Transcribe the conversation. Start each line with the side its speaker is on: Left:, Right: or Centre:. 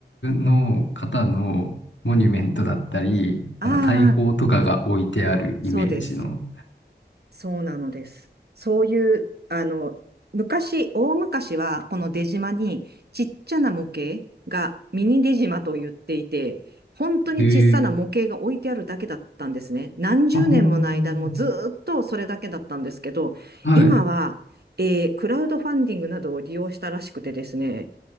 Left: の方のモニュメントだったり、
Right: うん。ああ、
Left: あの、大砲とかが置いてあるイメージの。
Right: そうです。そうなのです。そういう、あの、昔、大昔は、この出島に、ちっちゃな模型がミニ出島と言っていて、本当に小さな模型が置いてあるだけだったんですね。
Left: へえ。
Right: 何十年もの間、
Left: ああ。
Right: もうずーっとそれだけだったんですけど、
Left: はい
Right: 今は、えークラウドファンディングなどを利用したらしくてですね、